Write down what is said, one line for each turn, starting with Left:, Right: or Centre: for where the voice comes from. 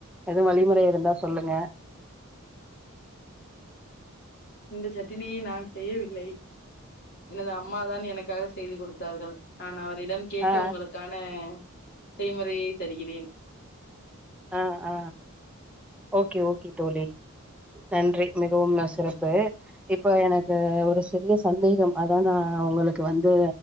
Centre: எதுவு வழிமுறை இருந்தா சொல்லுங்க
Left: இந்த சட்டினியை நான் செய்யவில்லை எனது அம்மா தான் எனக்காக செய்து கொடுத்தார்கள் நான் அவரிடம் கேட்டு
Centre: ஆ
Left: உங்களுக்கான செய்முறையை தருகிறேன்
Centre: ஆ ஆ ஓகே ஓகே தோழி நன்றி மிகவும்ன சிறப்பு இப்ப எனக்கு ஒரு சிறிய சந்தேகம் அத நா உங்களுக்கு வந்து